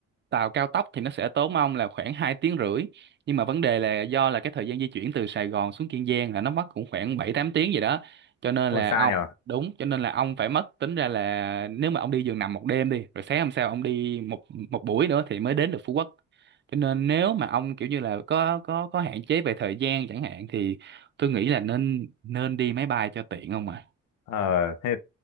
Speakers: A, on the right (about 40°); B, on the left (about 85°).
A: tàu cao tốc thì nó sẽ tốn ông là khoảng 2 tiếng rưỡi nhưng mà vấn đề là do là cái thời gian di chuyển từ Sài Gòn xuống Kiên Giang là nó mất cũng khoảng 7 8 tiếng gì đó cho nên
B: ôi
A: là
B: xa
A: ông
B: nhỉ?
A: đúng cho nên là ông phải mất tính ra là nếu mà ông đi giường nằm một đêm đi rồi sáng hôm sau ông đi một một buổi nữa thì mới đến được Phú Quốc cho nên nếu mà ông kiểu như là có có có hạn chế về thời gian chẳng hạn thì tôi nghĩ là nên nên đi máy bay cho tiện không ạ
B: ờ thế